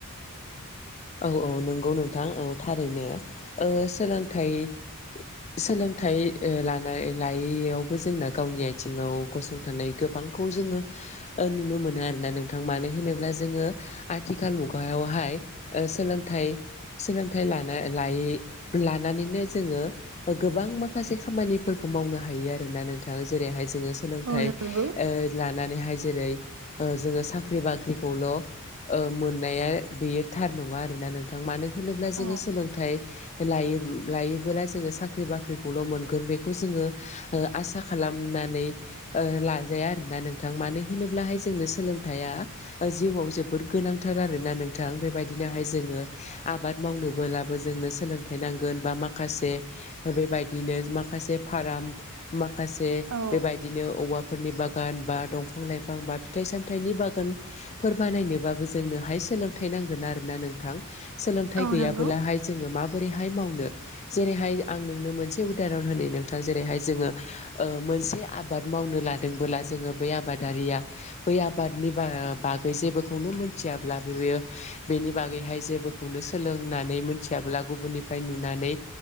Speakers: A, on the left (about 30°); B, on the right (about 70°).
A: औ औ नंगौ नोंथां औ थारैनो ओ सोलोंथाइ
B: <inaudible>
A: सोलोंथाइ लानाय लायैयावबो जोंना गावनि आथिङाव गसंथानाय गोबांखौ जोंङो नुनो मोनो आरोोना नोंथां मानो होनोब्ला जोंङो आथिखाल मुगायावहाय सोलोंथाइ सोलोंथाइ लायै लानाय लानानैनो जोंङो गोबां माखासे खामानिफोरखौ मावनो हायो आरोना नोंथा जेरैहाय सोलोंथ
B: औ नंगौ
A: ओ लानानैयहाय जेरै ओ जोंङो साख्रि बाख्रिखौल' मोननाया बेयो थार नङा आरोना नोंथां मानो होनोब्ला जोंङो
B: औ
A: सोलोंथाइ लायो लायोबोला जोंङो साख्रि बाख्रिखौल' मोनगोन बेखौ जोंङो आसा खालामनानै ओ लाजाया आरोना नोंथां मानो होनोब्लाहाय जोंनो सोलोंथाइया जिउआव जोबोद गोन नांथार आरोना नोंथां बेबायदि बिदिनोहाय जोंङो आबाद मावनोब्लाबो जोंनो सोंलोंथाइ नांगोन बा माखासे बेदिनो माखासे फाराम माखासे
B: औ
A: बेबायदिनो औफोरनि बागान बा दंफां लाइफां बा फिथाइ सामथाइनि बागानफोर बानायनोबाबो जोंनोहाय सोलोंथाइ नांगोन आरो । ना नोंथां सोलोंथाइ
B: औ
A: गैयाबोलाहाय
B: नंगौ
A: जोङो मा बोरैहाय मावनो जेरैहाय आं नोंनो मोनसे उदाहरन होनो नोंथां जेरैहाय जोङो ओ मोनसे आबाद मावनो लादोंबोला जोङो बै आबादारिया बै आबादनि बा बागै जे फोरखौनो मोनथियाब्लाबो बेयो बेनि बागैहाय जेबोखौनो सोलोंनानै मोनथियाबोला गुबुननिफ्राय नुनानै